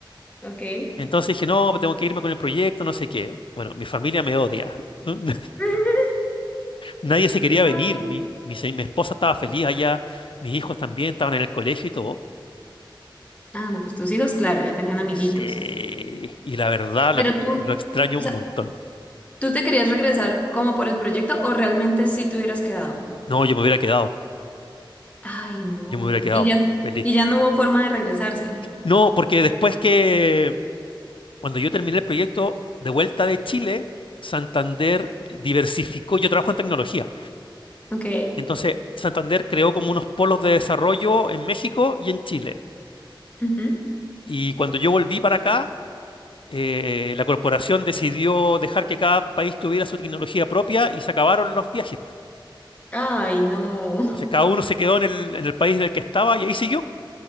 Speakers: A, on the left (about 15°); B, on the left (about 75°).
A: Ok.
B: Entonces dije, no, pues tengo que irme con el proyecto, no sé qué. Bueno, mi familia me odia. <laughs>
A: <laughs>
B: Nadie se quería venir.
A: No.
B: Mi, mi se- mi esposa estaba feliz allá, mis hijos también estaban en el colegio y todo.
A: Ah, no, pues tus hijos, claro, ya tenían amiguitos.
B: Sí. Y la verdad,
A: Pero
B: lo,
A: tú,
B: lo extraño
A: o
B: un
A: sea,
B: montón.
A: ¿tú te querías regresar como por el proyecto o realmente sí te hubieras quedado?
B: No, yo me hubiera quedado.
A: Ay, no.
B: Yo me hubiera quedado
A: Y ya,
B: feliz.
A: y ya no hubo forma de regresarse.
B: No, porque después que, cuando yo terminé el proyecto de vuelta de Chile, Santander diversificó. Yo trabajo en tecnología.
A: Ok.
B: Entonces, Santander creó como unos polos de desarrollo en México y en Chile.
A: Ujú.
B: Y cuando yo volví para acá, eh, la corporación decidió dejar que cada país tuviera su tecnología propia y se acabaron los viajes.
A: Ay, no. <laughs>
B: Entonces, cada uno se quedó en el, en el país en el que estaba y ahí siguió.